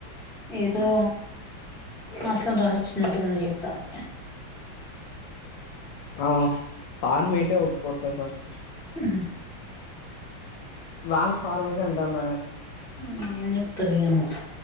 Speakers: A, in the centre; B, on the left.
A: ఏదో ఆస్తిని రాసిఇచ్చినట్టుగా ను చేత్తంది.
B: ఆవును ఫాన్ మీటే ఒప్పుకోట్లే ఫస్ట్
A: హ్మ్
B: లాంగ్ ఫార్మేట్ అంటాన్న
A: హ్మ్ ఎం చెప్తూరెమో